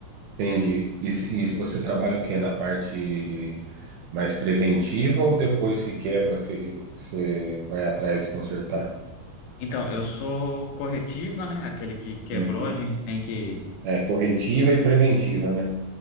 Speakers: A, on the right; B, on the left.
A: Entendi. E, se- e se você trabalha o quê? Na parte mais preventiva ou depois que quebra, você, você vai atrás de consertar?
B: Então, eu sou corretiva, né? Aquele que quebrou,
A: Uhum.
B: a gente tem que
A: É, corretiva e preventiva, né?